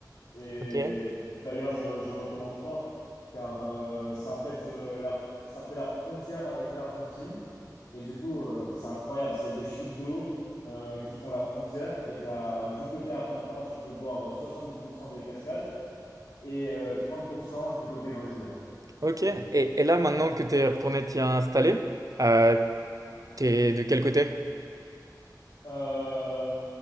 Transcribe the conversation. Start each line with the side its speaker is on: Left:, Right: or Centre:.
Left: Et
Right: Ok.
Left: d'ailleurs, je, je recommande fort, car euh, c'est en fait, euh, la, ça fait la frontière avec l'Argentine. Et du coup, euh, c'est incroyable. C'est des chutes d'eau euh, qui font la frontière. Et t'as, du côté argentin, tu peux voir 70% des cascades et euh, 30% du côté brésilien.
Right: Ok. Et,
Left: Et,
Right: et là maintenant que tu es retourné t'y installer, euh, t'es de quel côté?
Left: euh,